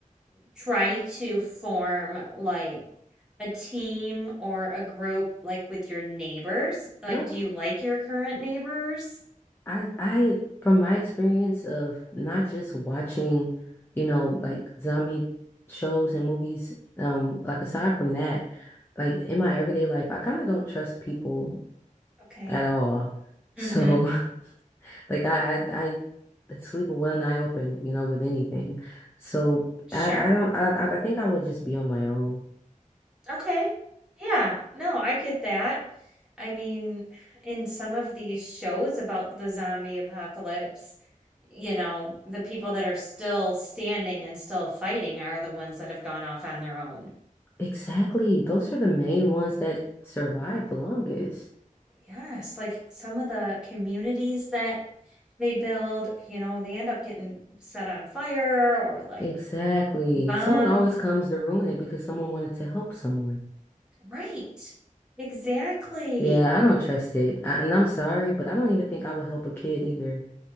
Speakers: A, in the centre; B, on the left (about 15°).
A: try to form like a team or a group like with your neighbors? Like,
B: Nope.
A: do you like your current neighbors?
B: I I from my experience of not just watching, you know, like zombie shows and movies, um, like aside from that, like in my everyday life, I kind of don't trust people
A: Okay.
B: at all. So
A: Mm-hmm.
B: <laughs> like I, I I sleep with one eye open, you know, with anything. So
A: Sure.
B: I I don't I I think I would just be on my own.
A: Okay. Yeah. No, I get that. I mean, in some of these shows about the zombie apocalypse, you know, the people that are still standing and still fighting are the ones that have gone off on their own.
B: Exactly. Those are the main ones that survive the longest.
A: Yes, like some of the communities that they build, you know, they end up getting set on fire or like
B: Exactly.
A: bombed.
B: Someone always comes to ruin it because someone wanted to help someone.
A: Right. Exactly.
B: Yeah, I don't trust it. I, and I'm sorry, but I don't even think I would help a kid either.